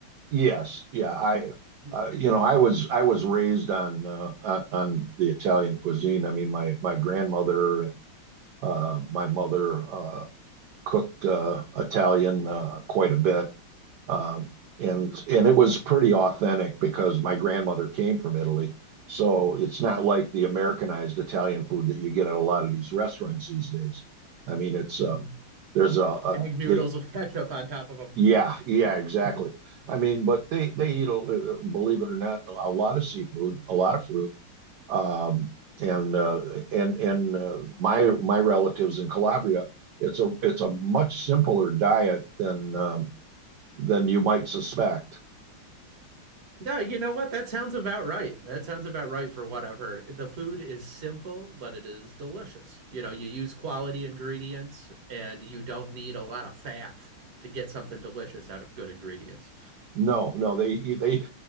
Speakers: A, on the right; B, on the right.
A: Yes, yeah, I,
B: <laughs>
A: uh, you know, I was I was raised on uh, on, on the Italian cuisine. I mean, my my grandmother and uh, my mother uh, cooked uh, Italian uh, quite a bit, um, and and it was pretty authentic because my grandmother came from Italy, so it's not like the Americanized Italian food that you get at a lot of these restaurants these days. I mean, it's
B: hmm
A: uh, there's a, a
B: Egg noodles
A: they
B: with ketchup on top of
A: yeah, yeah, exactly.
B: them. <laughs>
A: I mean, but they they eat, uh, believe it or not, a lot of seafood, a lot of fruit. Um, and uh, and and uh, my my relatives in Calabria, it's a it's a much simpler diet than um, than you might suspect.
B: No, you know what? That sounds about right. That sounds about right for what I've heard. The food is simple, but it is delicious. You know, you use quality ingredients and you don't need a lot of faff to get something delicious out of good ingredients.
A: No, no, they they